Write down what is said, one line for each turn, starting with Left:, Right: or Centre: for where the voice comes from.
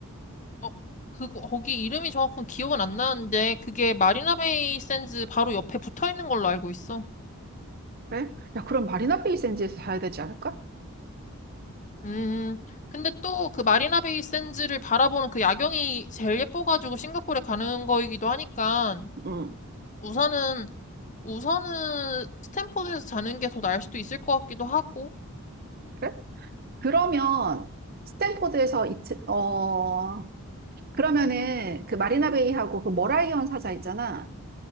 Left: 어, 그거 거기 이름이 정확한 기억은 안 나는데 그게 마리나베이 샌즈 바로 옆에 붙어 있는 걸로 알고 있어.
Right: 그래? 야, 그럼 마리나 베이 샌즈에서 사야 되지 않을까?
Left: 음, 근데 또 그 마리나 베이 샌즈를 바라보는 그 야경이 제일 예뻐가지고 싱가포르에 가는 거이기도 하니까
Right: 응,
Left: 우선은 우선은 스탠퍼드에서 자는 게 더 나을 수도 있을 것 같기도 하고
Right: 그래? 그러면 스탠포드에서 입체, 어, 그러면은 그 마리나 베이하고 그 머라이언 사자 있잖아.